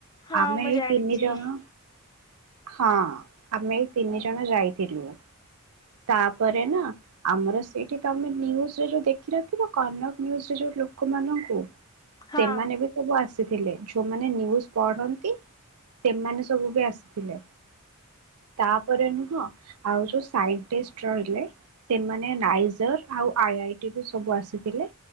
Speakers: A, on the left; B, on the right.
A: ହଁ
B: ଆମେ
A: ମୁଁ
B: ଏଇ
A: ଜାଣିଚି
B: ତିନି ଜଣ ହଁ ଅଁ, ଆମେ ଏଇ। ତିନି ଜଣ ଯାଇଥିଲୁ, ତାପରେ ନା, ଆମର ସେଇଠି ତମେ ନିଉଜରେ ଯୋଉ ଦେଖି ନଥିବ, କନକ ନିଉଜରେ ଯୋଉ ଲୋକମାନଙ୍କୁ
A: ହଁ
B: ସେମାନେ ବି ସବୁ ଆସ ଯୋଉମାନେ ନିଉଜ ପଢନ୍ତି, ସେମାନେ ସବୁ ବି ଆସିଥିଲେ। ତାପରେ ନୁହଁ, ଆଉ ଯୋଉ ସାଇଟେଷ୍ଟ ରହିଲେ ସେମାନେ ନାଇଜର ଆଉ ଆଇ ଆଇ ଟି ରୁ ସବୁ ଆସିଥିଲେ,